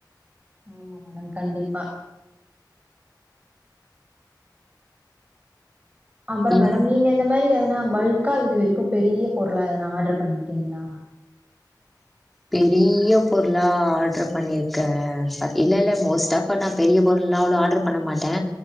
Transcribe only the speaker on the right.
ஆமா மேடம் கண்டிப்பா அப்புற
மேடம் நீங்க இந்த மாரி எதனா பல்கா இது வரைக்கு பெரிய பொருளா எதனா ஆர்டர் பண்ணிருக்கீங்களா